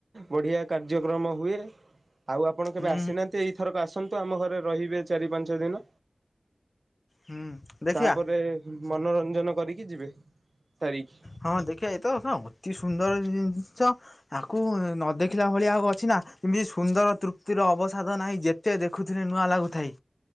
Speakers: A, on the right (about 75°); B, on the left (about 50°).
A: ବଢିଆ କାର୍ଯ୍ୟକ୍ରମ ହୁଏ। ଆଉ ଆପଣ କେବେ
B: ହୁଁ
A: ଆସିନାହାନ୍ତି ଏଇଥରକ ଆସନ୍ତୁ ଆମ ଘରେ ରହିବେ ଚାରି ପାଞ୍ଚ ଦିନ।
B: ହୁଁ ଦେଖିବା
A: ତାପରେ ମନୋରଞ୍ଜନ କରିକି ଯିବେ ସାରିକି
B: ହଁ ଦେଖିବା ଏ ତ ଅତି ସୁନ୍ଦର ଜିନିଷ। ତାକୁ ନ ଦେଖିଲା ଭଳିଆ ଆଉ ଅଛି ନା ଏମିତି ସୁନ୍ଦର ତୃପ୍ତିର ଅବସାଦ ନାହିଁ ଯେ ଯେତେ ଦେଖୁଥିଲେ ନୂଆ ଲାଗୁଥାଏ